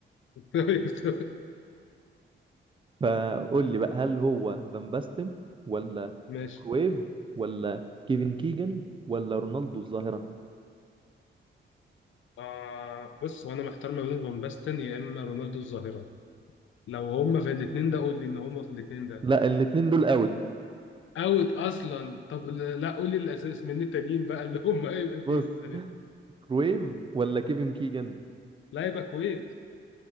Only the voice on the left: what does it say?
<laughs> كويس.
ماشي
آه بص هو انا محتار ما بين فان باستن يا اما رونالدو الظاهره لو هما في الاثنين ده قول لي ان هما في الاثنين ده
اوت اصلا طب لا قول لي الاساس من التانيين بقى اللي هما هيبقى فيهم
ده.
لا يبقى كويس